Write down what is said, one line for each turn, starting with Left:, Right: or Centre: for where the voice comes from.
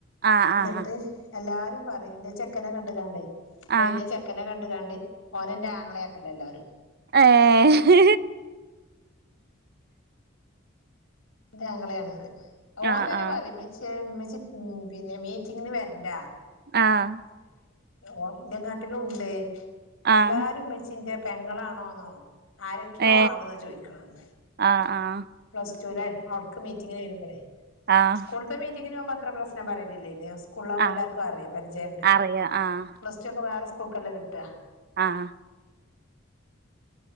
Right: ആഹ്
Left: ന്നിട്ട്
Right: ആഹ്
Left: എല്ലാരും പറയും ഇന്റെ ചെക്കനെ കണ്ട്കാണ്ടേ ഇന്റെ
Right: ആഹ്
Left: വല്ലിയെ ക്കനെ കണ്ട കാണ്ട് ഓനന്റെ ആങ്ങളയാക്ണെ എല്ലാവരും
Right: ഏഹ്
Left: ന്റാങ്ങളയാന്ന് പറയും ഓൻ
Right: ആഹ്
Left: തന്നെ
Right: ആഹ്
Left: പറയും ഇമ്മച്ചി പിന്നെ മീറ്റിങ്ങിന് വരണ്ട
Right: ആഹ്
Left: ഓൻ ഇന്നക്കാട്ടിലും ഇണ്ട് എല്ലാരും
Right: ആഹ്
Left: ജ്ജിന്റെ പെങ്ങളാണോന്നോ ആരൊക്കെയോ
Right: ഏ
Left: ആണ്ന്നാ ചോദിക്കണത്
Right: ആഹ് ആഹ്
Left: പ്ലസ്റ്റുലായപ്പോ അവ്ടക് മീറ്റിങ്ങിന് വരുമ്പളെ
Right: ആഹ്
Left: സ്കൂള മീറ്റിങ്ങിന് പോമ്പോ അത്ര പ്രശ്നം പറയലില്ലേനി സ്കൂളി ആകുമ്പോ
Right: ആഹ്
Left: എല്ലാവർക്കും അറിയ പരിചയണ്ട്
Right: അറിയാം ആഹ്
Left: ച്ചപ്പോ വേറെ സ്കൂക്കല്ല കിട്ടുക
Right: ആഹ്